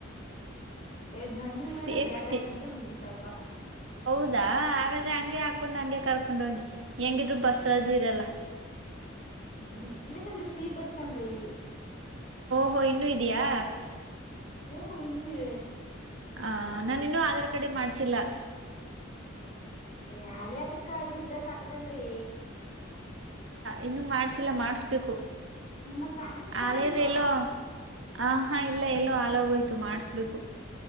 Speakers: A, on the left (about 40°); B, on the right (about 65°).
A: ಎರಡ್ ನಳ್ಳಿ ಮೂಳೆನ
B: ಸೇಫ್ಟಿ
A: ಬ್ಯಾಗ್ ಹಾಕೊಂಡ್ರ ಮುಗಿತಪ.
B: ಹೌದಾ ಹಾಗಾದ್ರೆ ಹಂಗೆ ಹಾಕೊಂಡ್ ಹಂಗೆ ಕರ್ಕೊಂಡ ಹೋಗಿ. ಹೆಂಗಿದ್ರು ಬಸ್ ಚಾರ್ಜು ಇರಲ್ಲ.
A: <unintelligible> ನಮ್ದು ಫ್ರೀ ಬಸ್ ಕಣ್ರೀ..
B: ಓ ಇನ್ನು ಇದಿಯಾ?
A: ಹ್ಮ ಇನ್ ಇದೆ.
B: ಹ ನಾನ ಇನ್ನುೂ ಆಧಾರ್ ಕಾರ್ಡೆೇ ಮಾಡ್ಸಿಲ್ಲ.
A: ಯಾ ಹಳೆ ಆಧಾರ ಕಾರ್ಡ ಇದ್ರ ಸಾಕಕಣ್ರಿ.
B: ಇನ್ನುೂ ಮಾಡ್ಸಿಲ್ಲ ಮಾಡಸ್ಬೇಕು.
A: ನಿಮ್ಮ್ ಹತ್ರ ಆಧಾರ್ ಕಾರ್ಡೇ
B: ಹಾಳೇದ
A: ಇಲ್ವಾ
B: ಏಲೋ ಆಹಾ ಇಲ್ಲ. ಎಲ್ಲೋ ಹಾಳಾಗೋಯ್ತು ಮಾಡ್ಸಬೇಕು.